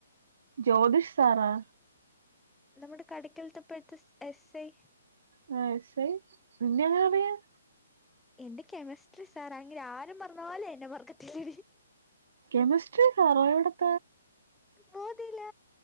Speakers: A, on the right; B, in the centre.
A: ജ്യോതിഷ് സാറോ
B: നമ്മുടെ കടയ്ക്കൽതേ ഇപ്പോഴത്തെ എസ് ആയ്
A: <unintelligible> ഐ നിന്നെ എങ്ങനെ അറിയാം
B: എൻ്റെ കെമിസ്ട്രി സാറ അങ്ങേര് ആരെ മറന്നാലും എന്നെ മറക്കത്തിലേടി
A: കെമിസ്ട്രി <unintelligible>
B: ബോധയില്ല